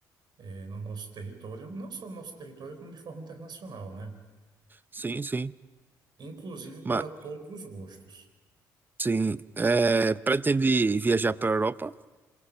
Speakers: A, on the right (about 50°); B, on the right (about 20°).
A: eh, no nosso território, não só no nosso território, como de forma internacional, né?
B: Sim, sim.
A: Inclusive para
B: Mas,
A: todos os gostos.
B: sim. É, pretende viajar para a Europa?